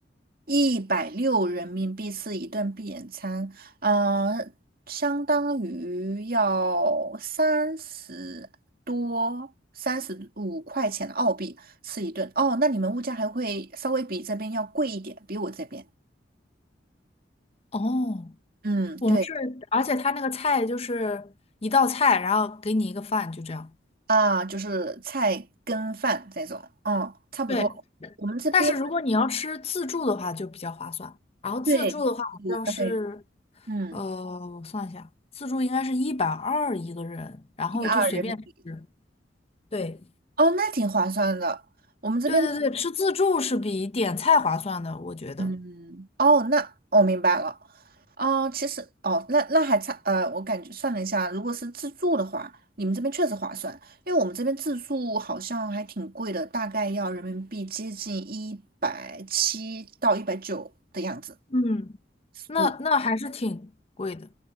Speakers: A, on the right; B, on the left.
A: 一百六人民币是一顿闭眼餐，嗯、相当于要三十多、三十五块钱澳币吃一顿。哦，那你们物价还会稍微比这边要贵一点，比我这边。
B: 十哦。
A: 嗯，
B: 我们是，
A: 对
B: 而且他那个菜就是一道菜，然后给你一个饭，就这样。
A: 啊，就是菜跟饭这种，嗯，差不多。
B: 对，
A: 我们这边
B: 但是如果你要吃自助的话，就比较划算。然后自助的话，
A: 对五块会，
B: 好像是，
A: 嗯，
B: 呃，我算一下，自助应该是一百二一个人，然后就随便吃。
A: 一百二人民币。
B: 对，
A: 哦，那挺划算的。我们这边，
B: 对对对，吃自助是比点菜划算的，我觉得。
A: 嗯，哦，那我明白了。哦，其实哦，那那还差呃，我感觉算了一下，如果是自助的话，你们这边确实划算，因为我们这边自助好像还挺贵的，大概要人民币接近一百七到一百九的样子
B: 嗯，那那还是挺贵的，
A: 住。